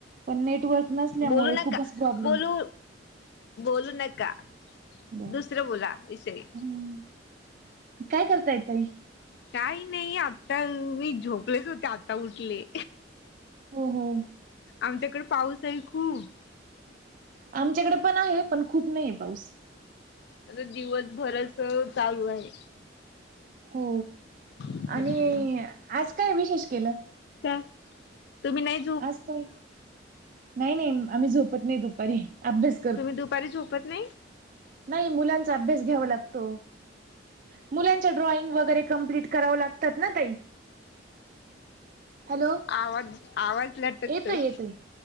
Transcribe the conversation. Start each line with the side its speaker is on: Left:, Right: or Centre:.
Right: पण नेटवर्क नसल्यामुळे
Left: बोलू नका
Right: खूपच प्रॉब्लेम
Left: बोलू बोलू नका.
Right: बर
Left: दुसरं बोला विषय.
Right: ह काय करताय ताई?
Left: काय नाइ आता मी झोपलेच होते आता उठले.
Right: हो हो.
Left: आमच्याकडे पाऊस आहे खूप
Right: आमच्याकडे पण आहे पण खूप नाइय पाऊस.
Left: आता दिवसभरच चालू आहे.
Right: हो
Left: हम्म
Right: आणि आज काय विशेष केलं?
Left: का तुम्ही नाइ
Right: आज काय नाइ नाइ आम्ही झोपत नाइ दुपारी. अभ्यास
Left: तुम्ही दुपारी झोपत नाइ?
Right: नाइ मुलांचा अभ्यास घ्याव लागतो. मुलांच्या ड्रॉइंग वगरे कम्प्लीट करावं लागतात ना ताई. हॅलो
Left: आवाज आवाज लटकतोय.
Right: येतोय येतोय.